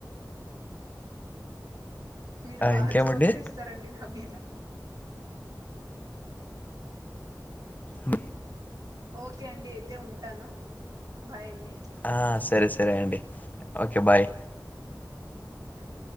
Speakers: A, on the right; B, on the left.
A: మీరు
B: ఆ!
A: బాగా
B: ఇంకేమండి?
A: జోక్లేస్తారండి నా మీద
B: ఉ
A: ఓకే అండి అయితే ఉంటాను బాయండి
B: ఆ సరే సరే అండి ఓకే బాయ్
A: మ్మ్